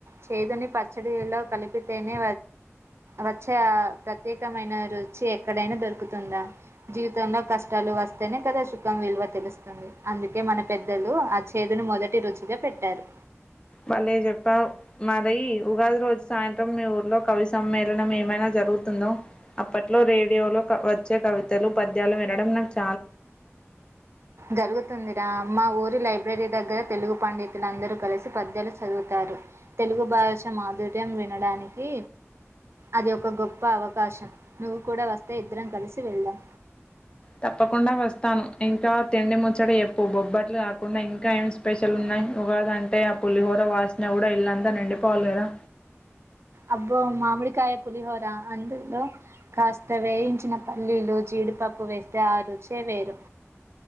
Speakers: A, on the right; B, on the left.
A: చేదుని పచ్చడిలో కలిపితేనే వచ్చే ఆ ప్రత్యేకమైన రుచి ఎక్కడైనా దొరుకుతుందా జీవితంలో కష్టాలు వస్తేనే కదా సుఖం విలువ తెలుస్తుంది అందుకే మన పెద్దలు ఆ చేదుని మొదటి రుచిగా పెట్టారు
B: బలేచెప్పావ్ మరీ ఉగాది రోజు సాయంత్రం మీ ఊర్లో కవి సమ్మేళనం ఏమైనా జరుగుతుందో అప్పట్లో రేడియోలో క వచ్చే కవితలు పద్యాలు వినడం నాకు చ
A: జరుగుతుందిరా అమ్మా ఊరు ప్రతి లైబ్రరీ దగ్గర తెలుగు పండితులందరూ కలిసి పద్యాలు చదువుతారు తెలుగు భాష మాధుర్యం వినడానికి అది ఒక గొప్ప అవకాశం నువ్వు కూడా వస్తే ఇద్దరం కలిసి వెళ్ళాం
B: తప్పకుండా వస్తాను ఇంకా తిండి ముచ్చడి చెప్పు బొబ్బట్లు కాకుండా ఇంకా ఏం స్పెషల్ ఉన్నాయి ఉగాదంటే ఆ పుల్లిహోర వాసన కూడా ఇల్లంతా నిండిపోవాలి కదా
A: అబ్బో మామిడికాయ పులిహోర అందులో కాస్త వేయించిన పల్లీలు జీడిపప్పు వేస్తే ఆ రుచే వేరు